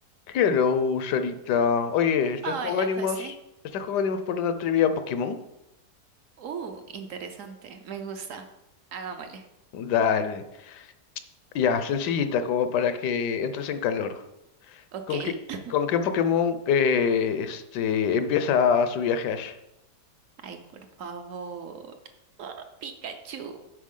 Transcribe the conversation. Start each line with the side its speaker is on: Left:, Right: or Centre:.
Left: Hello, Sarita. Oye, ¿estás
Right: Hola,
Left: con ánimos?
Right: José.
Left: ¿Estás con ánimos por una trivia Pokémon?
Right: Uh, interesante. Me gusta. Hagámosle.
Left: Dale. Ya, sencillita, como para que entres en calor.
Right: Ok.
Left: ¿Con qué,
Right: <laughs>
Left: con qué Pokémon eh, este, empieza su viaje Ash?
Right: Ay, por favor. Oh, Pikachu.